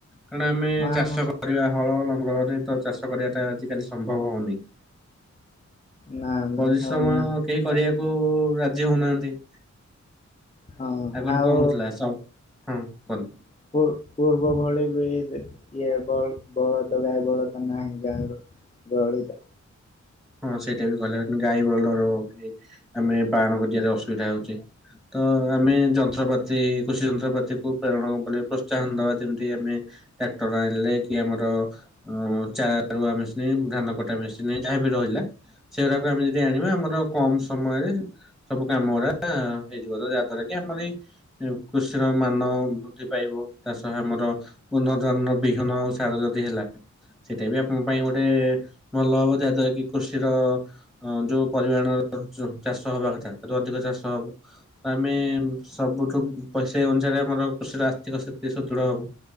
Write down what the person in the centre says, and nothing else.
କାରଣ ଆମେ
ଚାଷ କରିବା ହଳ ଲଙ୍ଗଳରେ ତ ଚାଷ କରିବାଟା ଆଜିିକାଲି ସମ୍ଭବ ହଉନି।
ପରିଶ୍ରମ
କେହି କରିବାକୁ ରାଜି ହଉନାହାନ୍ତି।
ଆଗରେ
କଣ ହଉଥିଲା ସଁ ହଁ କନ୍?
ହଁ ସେଇଟା ବି କଲେ ଗାଈ ବଲ୍ଦର ଆମେ ପାଳନ କରିବାରେ ଅସୁବିଧା ହଉଛେ। ତ ଆମେ ଯନ୍ତ୍ରପାତି କୃଷି ଯନ୍ତ୍ରପାତିକୁ ପ୍ରେରଣ କଲେ ପ୍ରୋତ୍ସାହନ ଦବା ଯେମିତି ଆମେ ଟ୍ରାକ୍ଟର ଆଣିଲେ କି ଆମର ଅ ଚାରା ରୁଆ ମେସିନ୍ ଧାନ କଟା ମେସିନ୍ ଯାହାବି ରହିଲା ସେଗୁରାକୁ ଆମେ ଯଦି ଆଣିବା ଆମର କମ ସମୟରେ ସବୁ କାମ ଗୁଡା ହେଇଯିବ ତ ଯାହା ଦ୍ୱାରା କି ଆମର ଏଇ କୃଷିର ମାନ ବୃଦ୍ଧି ପାଇବ ତା ସହ ଆମର ଉନ୍ନ ଧାନର ବିହନ ଆଉ ସାର ଯଦି ହେଲା। ସେଇଟା ବି ଆପଣଙ୍କ ପାଇଁ ଗୋଟେ ଭଲ ହବ ଯାହା ଦ୍ଵାରା କି କୃଷିର ଯୋଉ ପରିମାଣର ଚାଷ ହବା କଥା ତାଠୁ ଅଧିକ ଚାଷ ହବ। ଆମେ ସବୁଠୁ ପ ସେଇ ଅନୁସାରେ ଆମର କୃଷିର ଆର୍ଥିକ ସ୍ଥିତି ସୁଦୃଢ ହବ।